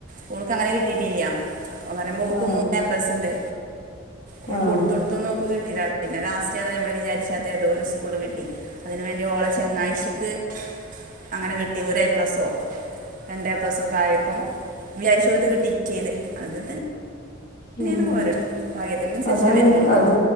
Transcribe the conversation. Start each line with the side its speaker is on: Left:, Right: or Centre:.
Right: മോൾക്ക് അങ്ങനെ കിട്ടിട്ടില്ലാ. പറയുമ്പോ ഓക്ക്
Left: ആ
Right: മൂന്നേ പ്ലസ്സണ്ട് ഒാൾ
Left: ആ
Right: കൊടുത്ത കൊടുത്ത് ദ്തൊന്നു ഓക്ക് കിട്ടില്ല പിന്നെ ലാസ്റ്റ് ഏതോ നമ്മൾ വിചാരിചാത്ത ഏതോര് സ്കൂള് കിട്ടി. അതിന് വേണ്ടി ഓള ചെങ്ങാഴ്ച്ചിക്ക് അങ്ങനെ കിട്ടി ഒരു എ പ്ലസോ രണ്ടേ പ്ലസ് ഒക്കെ ആയപ്പം വിചാരിച്ചഓട്തു കിട്ടി ചെയ്ത് അത് തന്നെ പിന്ന
Left: ഉം
Right: ഓരോ ഭാഗ്യത്തിനനുസരിച്ച
Left: അതാണ്
Right: വരുന്നോണ്
Left: അത്